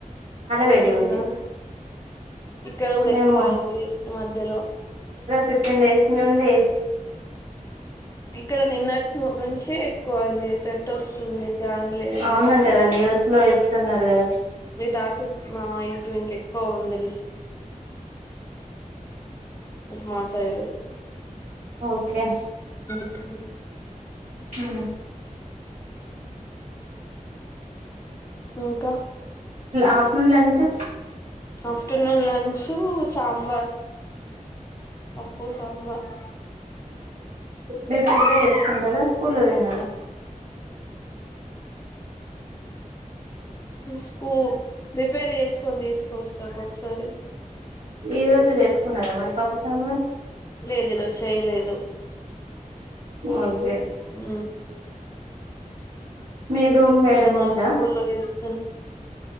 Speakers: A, on the right; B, on the left.
A: వేడిగా
B: ఎందుంద
A: ఉంది
B: ఇక్కడ కూడా
A: మేము
B: ఎక్కువ అయింది ఈ మధ్యలో
A: ఫిఫ్టీన్డేస్ లో ఉండే
B: ఇక్కడ నిన్నటి నుంచి కోందంది స ట్ వస్తుంది ఫ్యాన్లుసి
A: అవునంట
B: పెట్టుకున్నా
A: కదా
B: కూడా
A: న్యూస్ లో చెప్తున్నారు కదా
B: మీ తాసేపు మా ఇటు ఇంకెక్కువ ఉంది డిష్ ఇ మా సైడు
A: ఓకే
B: హలో
A: అ
B: ఇంకా
A: afternoon lunches
B: afternoon lunch sambar పప్పు సాంబార్
A: మీరు ప్రిపేర్ చేసుకుంటారా స్కూల్లో తిన్నారా
B: ఉ స్కూప్ ప్రిపేర్ చేసుకొని తీసుకొస్తా ఒక్కొక్కసారి
A: ఈ రోజు చేసుకున్నారా మరి పపు సాంబార్
B: లేదు చేయలేదు
A: ఓకే
B: ఉ
A: మీరుూమ్ మేడం
B: ఈరోజు మా
A: ఉందా
B: స్కూల్లో చేస్తున్